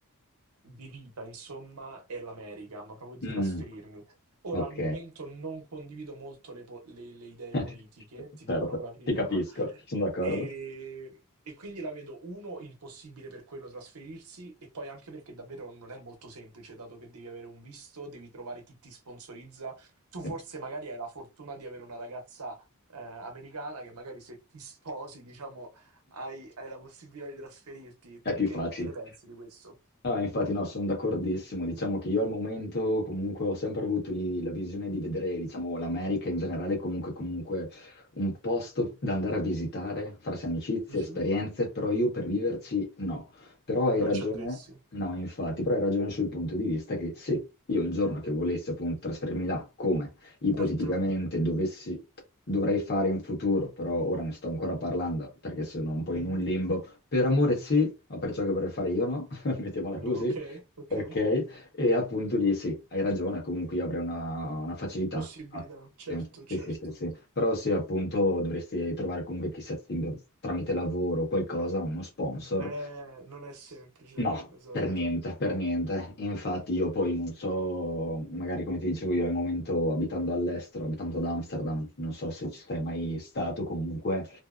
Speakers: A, on the right (about 80°); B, on the left (about 50°).
A: di vita, insomma, è l'America, ma proprio di
B: Mm,
A: trasferirmi. Ora,
B: ok.
A: al momento non condivido molto le, po- le- le idee
B: <laughs>
A: politiche, ti dico
B: Certo,
A: proprio la verità,
B: ti capisco, sono d'accordo.
A: e, e quindi la vedo, uno, impossibile per quello trasferirsi, e poi anche perché davvero non è molto semplice, dato che devi avere un visto, devi trovare chi ti sponsorizza. Tu forse
B: <laughs>
A: magari hai la fortuna di avere una ragazza eh, americana che magari se ti sposi, diciamo, hai, hai la possibilità di trasferirti.
B: È
A: Tu
B: più
A: che,
B: facile.
A: che ne pensi di questo?
B: No, infatti no, sono d'accordissimo. Diciamo che io al momento comunque ho sempre avuto lì la visione di vedere, diciamo, l'America in generale comunque, comunque un posto da andare a visitare, farsi amicizie,
A: Mhm.
B: esperienze, però io per viverci no. Però hai
A: Non
B: ragione,
A: ci andresti?
B: no, infatti, però hai ragione sul punto di vista che sì, io un giorno che volessi appunto trasferirmi là, come ipoteticamente
A: Certo.
B: dovessi, dovrei fare in futuro, però ora ne sto ancora parlando perché sono un po'
A: Mhm.
B: in un limbo. Per amore sì, ma per ciò che vorrei fare io no. <laughs> mettiamola così,
A: No, ok, ok.
B: ok? E appunto lì sì, hai ragione, comunque io avrei una, una facilità.
A: Possibilità,
B: Ah,
A: certo,
B: Sì,
A: certo.
B: sì, sì, sì, sì. Però sì, appunto dovresti trovare comunque chissà ti- tramite lavoro o qualcosa, uno sponsor.
A: Eh, non è semplice,
B: No,
A: esatto.
B: per niente, per niente. Infatti io poi non so, magari come ti dicevo io al momento abitando all'estero, abitando ad Amsterdam, non so se ci sei mai stato comunque,